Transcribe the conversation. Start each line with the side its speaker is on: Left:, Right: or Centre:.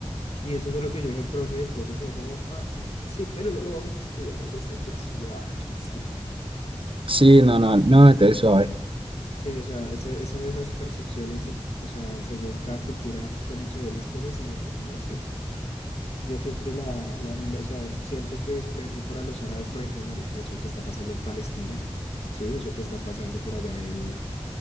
Left: Y eso fue lo que yo dije al profe, y el profe quedó como, ah, ah, sí, pero no lo vamos a estudiar en esta clase. Y yo, ah, qué fastidio.
Right: Sí, no, no, no, entonces suave.
Left: Sí, o sea, eso, eso de las percepciones y, o sea, según cada cultura, cómo se ven las cosas, no, no sé. Yo siempre la, la- la- o sea, siento que, por ejemplo, para los árabes, por ejemplo, marica, eso que está pasando en Palestina, sí, eso que está pasando por allá en,